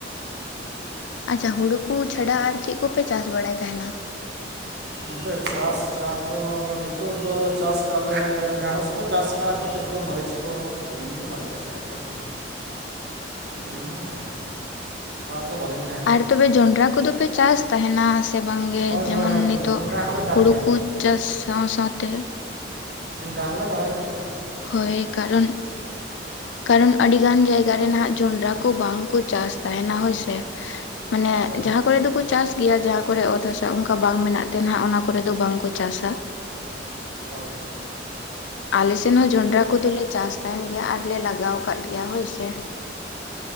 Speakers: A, on the left; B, on the right.
A: ᱟᱪᱪᱷᱟ, ᱦᱳᱲᱩ ᱠᱚ ᱪᱷᱟᱰᱟ ᱟᱨ ᱪᱮᱫ ᱠᱚᱯᱮ ᱪᱟᱥ ᱵᱟᱲᱟᱭ ᱛᱟᱦᱮᱱᱟ?
B: ᱱᱚᱛᱮ ᱪᱟᱥ ᱪᱟᱥ ᱫᱚ ᱱᱤᱛᱳᱜ ᱫᱚ ᱪᱟᱥ ᱠᱟᱜ ᱞᱮ ᱡᱷᱮᱸᱲᱚᱥ ᱠᱚ ᱪᱟᱥ ᱠᱟᱜᱼᱟ ᱠᱚ ᱪᱮᱫ ᱠᱚ ᱢᱟᱹᱨᱤᱪ ᱠᱚ, ᱟᱹᱞᱤᱧ ᱫᱚ ᱵᱟᱞᱤᱧ ᱪᱟᱥ ᱠᱟ ᱜᱮᱭᱟ ᱟᱹᱞᱤᱧ ᱫᱚ ᱟᱹᱞᱤᱧ ᱦᱚᱸ ᱚᱲᱟᱜ ᱨᱮᱫᱚ ᱵᱟᱞᱤᱧ ᱛᱟᱦᱮᱱ
A: ᱟᱨ ᱛᱚᱵᱮ ᱡᱚᱱᱰᱨᱟ ᱠᱚᱫᱚᱯᱮ ᱪᱟᱥ ᱛᱟᱦᱮᱱᱟ ᱥᱮ ᱵᱟᱝᱜᱮ?
B: ᱦᱳᱭ
A: ᱡᱮᱢᱚᱱ
B: ᱦᱳᱭ ᱦᱳᱭ
A: ᱱᱤᱛᱳᱜ
B: ᱡᱚᱱᱰᱨᱟ ᱦᱚᱸᱞᱮ ᱪᱟᱥ
A: ᱦᱩᱲᱩ ᱠᱩ ᱪᱟᱥ ᱥᱟᱶ ᱥᱟᱶᱛᱮ
B: ᱢᱚᱸᱰᱨᱟ ᱦᱚᱸᱞᱮ ᱨᱚᱦᱚᱭ ᱠᱟᱜ ᱜᱮᱭᱟ᱾
A: ᱦᱳᱭ ᱠᱟᱨᱚᱱ ᱠᱟᱨᱚᱱ ᱟᱹᱰᱤ ᱜᱟᱱ ᱡᱟᱭᱜᱟ ᱨᱮ ᱱᱟᱜ ᱡᱚᱱᱰᱨᱟ ᱠᱚ ᱵᱟᱝ ᱠᱚ ᱪᱟᱥ ᱛᱟᱦᱮᱱᱟ ᱦᱳᱭᱥᱮ᱾ ᱢᱟᱱᱮ
B: ᱦᱳᱭ
A: ᱡᱟᱦᱟᱸ ᱠᱚᱨᱮ ᱫᱚᱠᱚ ᱪᱟᱥ ᱜᱮᱭᱟ, ᱡᱟᱦᱟᱸ ᱠᱚᱨᱮ ᱚᱛ ᱦᱟᱥᱟ ᱚᱱᱠᱟ ᱵᱟᱝ ᱢᱮᱱᱟᱜ ᱛᱮ ᱱᱟᱜ ᱚᱱᱟ ᱠᱚᱨᱮ ᱫᱚ ᱵᱟᱝ ᱠᱚ ᱪᱟᱥᱟ᱾
B: ᱦᱳᱭ᱾
A: ᱟᱞᱮ ᱥᱮᱱ ᱦᱚᱸ ᱡᱚᱱᱰᱨᱟ ᱠᱚᱫᱚᱞᱮ ᱪᱟᱥ ᱛᱟᱦᱮᱱ ᱜᱮᱭᱟ, ᱟᱨᱞᱮ ᱞᱟᱜᱟᱣ ᱟᱠᱟᱫ ᱜᱮᱭᱟ ᱦᱳᱭ ᱥᱮ᱾